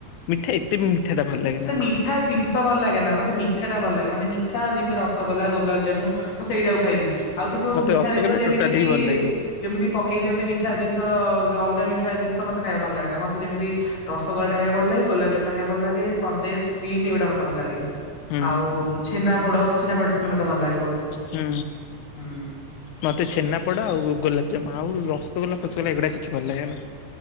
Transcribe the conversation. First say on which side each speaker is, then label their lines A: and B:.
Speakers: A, on the left; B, on the left.
A: ମିଠା ଏତେ ବି ମିଠାଟା ଭଲ ଲାଗେ ନା ମତେ।
B: ମିଠା ଜିନିଷ ଭଲ ଲାଗେ ନା ମତେ ମିଠାଟା ଭଲ ଲାଗେ ମାନେ ମିଠା ଆଉ ଯେମିତି ରସଗୋଲା ଗୋବଲାଜାମୁ ମୁଁ ସେଇଟାକୁ ଖାଇବି। ଆଉ କିନ୍ତୁ
A: ମତେ
B: ମିଠା
A: ରସଗୋଲା
B: ଜିନିଷ ଯେମିତି
A: ଟୋଟାଲି
B: କି
A: ବି ଭଲ ଲାଗେନା
B: ଯେମିତି ପ କେଇ ଦିଅନ୍ତି ମିଠା ଜିନିଷ ଯୋ ଅଲଗା ମିଠା ଜିନିଷ ମତେ ଖାଇବା ଭଲ ଲାଗେନା ମତେ ଯେମିତି ରସଗୋଲାଟା ହାଇଆଉ ଭଲ ଲାଗେ କୋଲାପଜାମୁଟା ହାଇଆ ଭଲ ଲାଗେ ସନ୍ଦେଶ ଷ୍ଟିମ୍ ଏଉଡ଼ା ମତେ ଭଲ ଲାଗେ।
A: ହୁଁ
B: ଆଉ ଛେନାପୋଡ଼ ଛେନାପୋଡ଼ ମତେ ଭଲ ଲାଗେ। ବହୁତ
A: ହୁଁ
B: ହୁଁ।
A: ମତେ ଛେନାପୋଡ଼ ଆଉ ଗୋଲାପ ଜାମୁ ଆଉ ରସଗୋଲା ଫସଗୋଲା ଏଗୁଡ଼ା କିଛି ଭଲ ଲାଗେନା।